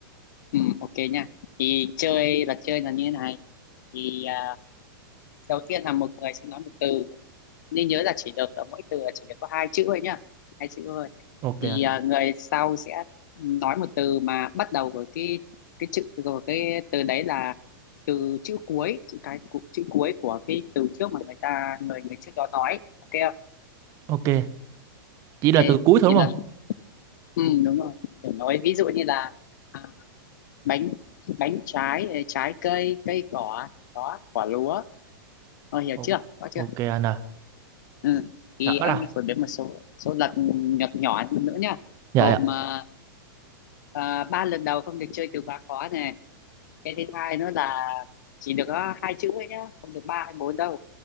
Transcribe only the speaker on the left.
ừ, ok nha thì chơi là chơi là như thế này thì à, đầu tiên là một người sẽ nói một từ nên nhớ là chỉ được ở mỗi từ là chỉ được có hai chữ thôi nhá hai chữ thôi
thì
à, người sau sẽ nói một từ mà bắt đầu với cái cái chữ rồi cái từ đấy là từ chữ cuối chữ cái chữ cuối của cái từ trước mà người ta người người trước đó nói ok không?
ok
thì
lần
Ừ, đúng rồi kiểu nói ví dụ như là à, bánh bánh trái ờ, trái cây cây cỏ đó quả lúa Ờ, hiểu
chưa có chưa
ừ. thì
anh
phổ biến một số số lật nhỏ nhỏ nữa nhá
gồm
à, à, ba lần đầu không được chơi từ quá khó này cái thứ hai nữa là chỉ được có hai chữ ấy nhá không được ba hay bốn đâu